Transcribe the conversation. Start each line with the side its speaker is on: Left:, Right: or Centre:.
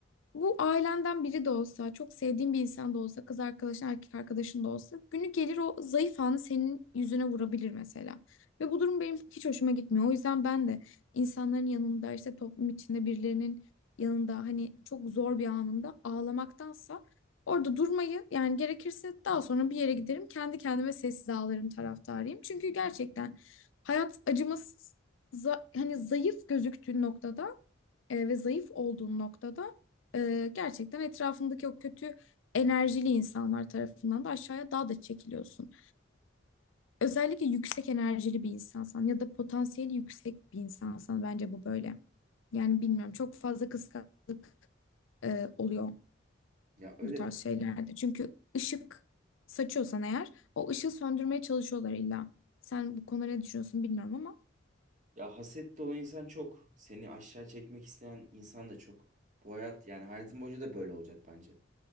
Left: bu ailenden biri de olsa çok sevdiğin bir insan da olsa kız arkadaşın erkek arkadaşın da olsa günü gelir o zayıf anı senin yüzüne vurabilir mesela. Ve bu durum benim hiç hoşuma gitmiyor. O yüzden ben de insanların yanında işte toplum içinde birilerinin yanında hani çok zor bir anında ağlamaktansa Orada durmayı yani gerekirse daha sonra bir yere giderim kendi kendime sessiz ağlarım taraftarıyım. Çünkü gerçekten hayat acımasız za- hani zayıf gözüktüğün noktada e, ve zayıf olduğun noktada e, gerçekten etrafındaki o kötü enerjili insanlar tarafından da aşağıya daha da çekiliyorsun. Özellikle yüksek enerjili bir insansan ya da potansiyeli yüksek bir insansan bence bu böyle. Yani bilmiyorum çok fazla kıskançlık e, oluyor
Right: Ya öyle
Left: bu tarz
Right: tabii.
Left: şeylerde. Çünkü ışık saçıyorsan eğer o ışığı söndürmeye çalışıyorlar illa. Sen bu konuda ne düşünüyorsun bilmiyorum ama.
Right: Ya haset dolu insan çok. Seni aşağı çekmek isteyen insan da çok. Bu hayat yani hayatın boyunca da böyle olacak bence.